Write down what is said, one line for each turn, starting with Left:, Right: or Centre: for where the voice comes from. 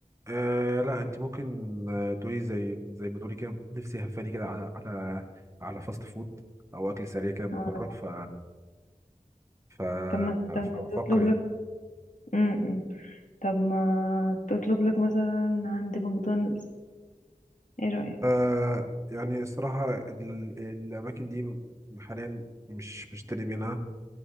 Right: آه لا انت ممكن آه تقولي زي زي ما تقولي كده نفسي هفاني كده على على على فاست فود او اكل سريع كده من
Left: آه.
Right: بره ف ف
Left: طب ما طب
Right: فبفكر
Left: ما تطلب
Right: ايه
Left: لك م -م. طب ما تطلب لك مثلا من عند ماكدونالدز ايه رأيك
Right: آه يعني الصراحة ال- الأماكن دي حاليا مش بشتري منها